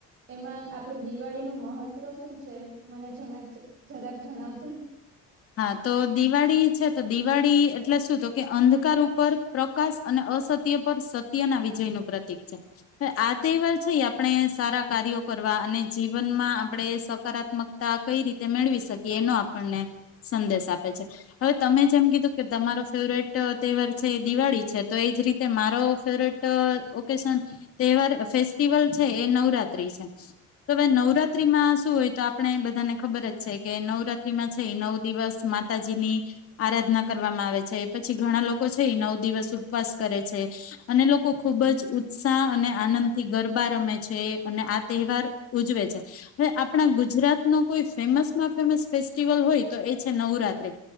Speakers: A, on the right; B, on the left.
A: એમાં આપડે દિવાળીનું મહત્વ મહત્વ શું છે? મને જરાક-જરાક જણાવજોન.
B: હા, તો દિવાળી છે તો દિવાળી એટલે શું? તો કે અંધકાર ઉપર પ્રકાશ અને અસત્ય પર સત્ય ના વિજય નું પ્રતિક છે, ને આ તહેવાર છે, ઈ આપણે સારા કાર્યો કરવા અને જીવનમાં આપણે સકારાત્મકતા કઈ રીતે મેળવી શકીએ, એનો આપણને સંદેશ આપે છે. હવે તમે જેમ કીધું કે તમારો ફેવરેટ તહેવાર છે, એ દિવાળી છે, તો એ જ રીતે મારો ફેવરેટ ઓકેશન તહેવાર ફેસ્ટિવલ છે, એ નવરાત્રી છે. તો હવે નવરાત્રીમાં શું હોય? તો આપણે બધાને ખબર જ છે કે નવરાત્રીમાં છે એ નવ દિવસ માતાજી ની આરાધના કરવામાં આવે છે. પછી ઘણા લોકો છે એ ઈ નવ દિવસ ઉપવાસ કરે છે, અને લોકો ખુબ જ ઉત્સાહ અને આનંદ થી ગરબા રમે છે, અને આ તહેવાર ઉજવે છે. હવે આપણા ગુજરાત નું કોઈ ફેમસમાં ફેમસ ફેસ ફેસ્ટિવલ હોય, તો એ છે નવરાત્રી.